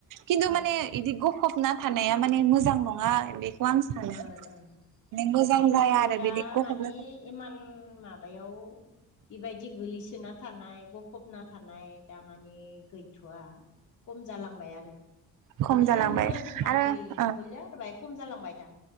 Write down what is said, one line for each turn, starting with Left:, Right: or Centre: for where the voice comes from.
Right: खिन्थु
Left: ओं
Right: माने
Left: ओं
Right: बिदि गफबना थानाया माने मोजां नङ नङा बेखौ आं सानो
Left: ओ
Right: माने
Left: ओ
Right: मोजां
Left: जोंनिथिं
Right: जाया आरो
Left: दा
Right: बिदिखौ
Left: माने
Right: हरनो स
Left: माबायाव बिबायदि गोलैसोना थानाय गफबना थानाय थानाय दामानिे गैथ'आ खम जालांबाय आरो
Right: खम
Left: गोदो
Right: जालांबाय
Left: दोङोमोन दा
Right: आरो
Left: गैथ'लिया
Right: ओ
Left: आरो ब खम जालांबाय दा